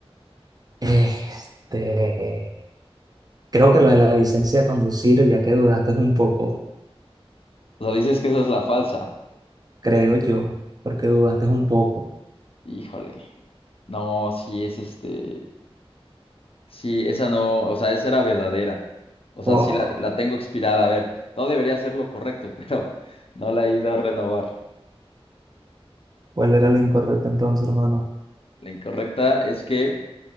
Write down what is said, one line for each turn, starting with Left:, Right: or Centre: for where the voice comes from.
Right: Este, creo que lo de la licencia de conducir, ya que dudaste un poco,
Left: O sea, dices que esa es la falsa.
Right: creo yo, porque dudaste un poco.
Left: Híjole. No, sí es este, sí, esa no, o sea, esa era verdadera. O sea,
Right: Oh,
Left: sí la, la tengo expirada. A ver, no debería ser lo correcto, <laughs> pero no la he ido a renovar.
Right: ¿cuál era lo incorrecto entonces, hermano?
Left: La incorrecta es que